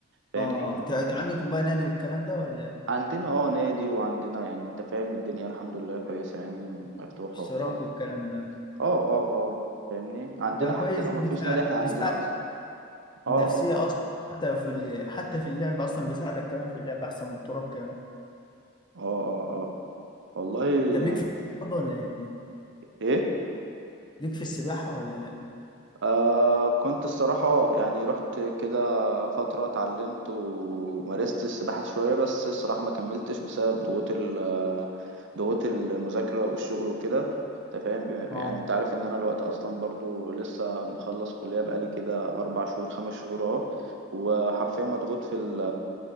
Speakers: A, on the right; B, on the left.
A: فاهمني
B: اه انت أنت عندكم بقى نادي والكلام ده ولا إيه؟
A: عندنا اه نادي وعندنا يعني انت فاهم الدنيا الحمد لله كويسه يعني مفتوحه
B: اشتراك
A: وبتاع
B: والكلام ده
A: اه اه اه فاهمني عندنا
B: ده كويس
A: حتى لو
B: ده
A: ما
B: بيساعد
A: فيش نادي احنا
B: بيساعد
A: عندنا اصلا اه
B: النفسية
A: اه
B: اصلا حتى في ال... حتى في اللعب اصلا بيساعدك كمان في اللعب احسن من التراب كمان
A: اه اه اه والله
B: طب ليك
A: يعني
B: في الرياضة ولا ايه
A: ايه
B: ليك في السباحة ولا لا
A: آه كنت الصراحة يعني رحت كده فترة اتعلمت ومارست السباحة شوية بس الصراحة ما كملتش بسبب ضغوط ال آه، ضغوط المذاكرة والشغل وكده انت فاهم ب-
B: اه
A: يعني انت عارف ان انا الوقت اصلا برضو لسه مخلص كلية بقالي كده اربع شهور خمس شهور اه وحرفيا مضغوط في ال